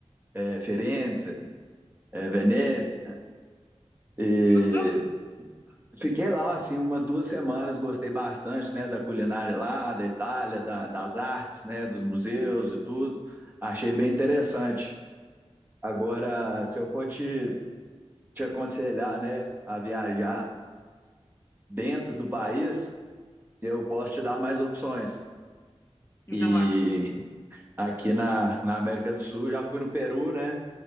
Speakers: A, on the right; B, on the left.
A: é, Firenze, é, Veneza. E
B: Gostou?
A: Fiquei lá, assim, umas duas semanas, gostei bastante, né, da culinária lá, da Itália, da- das artes, né, dos museus e tudo. Achei bem interessante. Agora, se eu for te, te aconselhar, né, a viajar dentro do país, eu posso te dar mais opções.
B: Então
A: E
B: vá.
A: aqui na, na América do Sul, já fui no Peru, né,